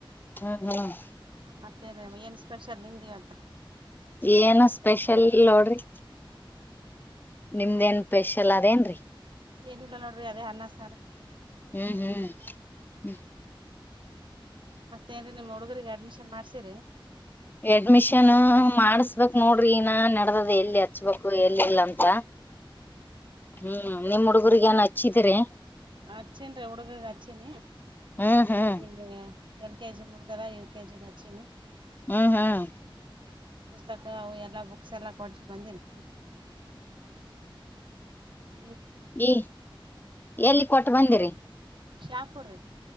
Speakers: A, on the left; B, on the right.
A: ಹ್ಮ್ ಹ್ಮ್
B: ಮತ್ತೆ ಏನ್ ಸ್ಪೆ ಚ ನಿ ದಿವ ಅಂತ
A: ಏನು ಸ್ಪೆಷಲ್ ನೋಡ್ರಿ ನಿಮ್ದೇಏನ್ ಸ್ಪೆಷಲ್ ಅದೇನ್ರರಿ
B: ಏನಿಲ್ಲ ನೋಡ್ರಿ ಅದೇ ಅನ್ನ ಸಾರ್
A: ಹ್ಮ್ ಹ್ಮ್ ಹ್ಮ
B: ಮತ್ತೇ ನ್ರಿ ನಿಮ್ಮ್ ಹುಡುಗರಿಗೆ ಅಡ್ಮಿಷನ್ ಮಾಡ್ಸಿರಿ
A: ಎಡ್ಮಿಷನ್ ಮಾಡಸ್ಬೇಕಕ್ ನೋಡ್ರಿ ಇನ ನಡದದ ಎಲ್ಲಿ ಹಚ್ಬೇಕು ಎಲ್ಲಿಲ್ಲ ಅಂತ ಹ್ಮ್ ನಿಮ್ ಹುಡುಗ ್ರಗ ಏನ್ ಹಚ್ಚಿದ್ರರಿ
B: ಅಚ್ಚನ್ ರೀ ಹುಡುಗಗ ಅಚ್ಚನಿ
A: ಹ್ಮ್ ಹ್ಮ್
B: ಈಂಗ ಕೆ ಜಿ ಮುಗ್ದರ ಏ ಕೆ ಜಿಗಚ್ಚಿನಿ
A: ಹ್ಮ್ ಹ್ಮ್
B: ಪುಸ್ತಕ ಅವು ಎಲ್ಲಾ ಬುಕ್ಸ್ ಎಲ್ಲ ಕೊಡ್ಸಿ ಬಂದಿನಿ ಹ
A: ಈಏ ಎಲ್ಲಿ ಕೊಟ್ಟು ಬಂದಿರಿ
B: ಶಾಪುರ್ ರೀ